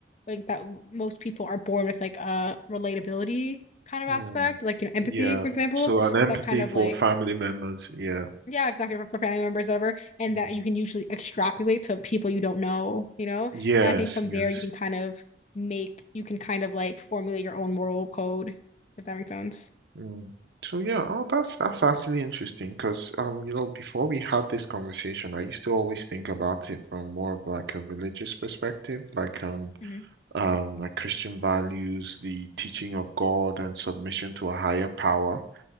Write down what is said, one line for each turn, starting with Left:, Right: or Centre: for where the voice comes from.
Left: like that most people are born with like a relatability kind of
Right: Hmm.
Left: aspect, like you know empathy
Right: Yeah.
Left: for example,
Right: So an empathy
Left: that kind of
Right: for
Left: like
Right: family members. Yeah.
Left: yeah, exactly for, for family members, whatever, and
Right: Hmm.
Left: that you can usually extrapolate to people you don't know, you know.
Right: Yes.
Left: And I think from
Right: Yes.
Left: there you can kind of make you can kind of like formulate your own moral code, if that makes sense.
Right: Mm. So yeah, oh, that's that's actually interesting because um, you know, before we had this conversation, I used to always think about it from more of like a religious perspective, like um,
Left: Mhm.
Right: um, like Christian values, the teaching of God, and submission to a higher power.